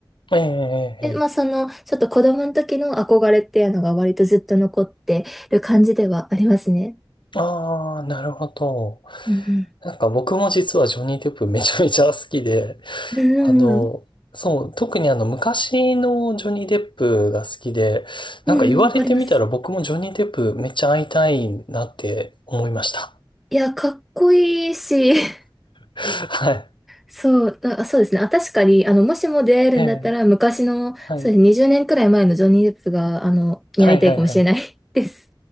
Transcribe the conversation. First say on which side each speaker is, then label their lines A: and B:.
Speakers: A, on the left; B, in the centre.
A: ん。ええええええ。
B: で、まあ、その、ちょっと子供の時の憧れっていうのが割とずっと残ってる感じではありますね。
A: ああ、なるほど。
B: うん
A: なんか僕も実はジョニー・デップめちゃめちゃ好きで、
B: うんうんうんうん。
A: あの、そう、特にあの昔のジョニー・デップが好きで、なんか言われてみたら僕もジョニー・
B: うんわかります。
A: デップめっちゃ会いたいなって思いました。
B: いや、かっこいいし、<laughs>
A: <laughs> はい。
B: そう、あ、そうですね。あ、確かに、あの、もしも出会えるんだったら、
A: ええ
B: 昔の、
A: はい。
B: そうですね、20年くらい前のジョニー・デップが、あの、に会いたいかもしれない
A: はいはいはい。
B: <laughs> です。